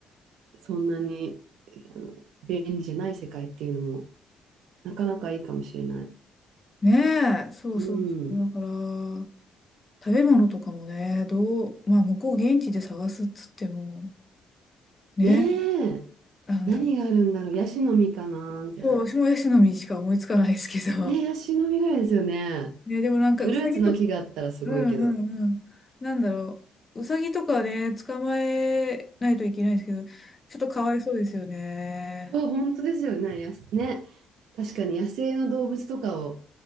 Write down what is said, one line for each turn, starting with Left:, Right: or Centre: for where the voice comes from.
Right: そんなにあの便利じゃない世界っていうのもなかなかいいかもしれない。
Left: ねえ、そうそうそう。
Right: うん。
Left: だから、食べ物とかもね、どう、まあ、向こう現地で探すっつっても、ね、
Right: ねえ、
Left: なんだろう。
Right: 何があるんだろう。ヤシの実かなみたいな。
Left: そう、私もヤシの実しか思いつかないですけど。
Right: ねえ、ヤシの実ぐらいですよね。
Left: <laughs> ね、でもなんか、
Right: フルーツの木があったらすごいけど。
Left: ウサギとか、うんうんうん。なんだろう。ウサギとかね、捕まえないといけないんですけど、ちょっとかわいそうですよね。
Right: そう、本当ですよね。やすね。確かに野生の動物とかを